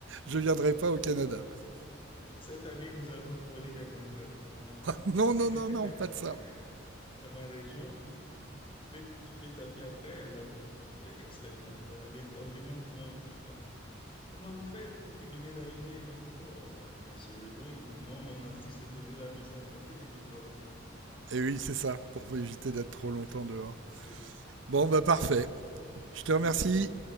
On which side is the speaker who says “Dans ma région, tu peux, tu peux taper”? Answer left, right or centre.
Left